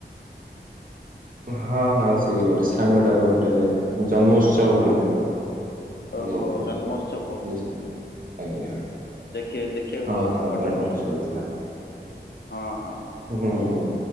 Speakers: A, on the right; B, on the left.
A: ହଁ ହଁ ସେଇ ଗୋଟେ ସାଙ୍ଗଟାର ଗୋଟେ ଜନ୍ମୋତ୍ସ ବ
B: ହଁ
A: ଥିଲା।
B: ଓହୋ
A: ହଉଥିଲା
B: ଜନ୍ମୋତ୍ସବ।
A: ବୁଝିଲୁ? ଆଜ୍ଞା।
B: ଦେଖ ଦେଖିବାକୁ
A: ହଁ
B: ପାଉଛି
A: ହଁ
B: ଫଟୋଟା
A: ଜନ୍ମୋତ୍ସବ
B: ମୁଁ
A: ଥିଲା
B: ହଁ ହଁ।
A: ହୁଁ ହୁଁ।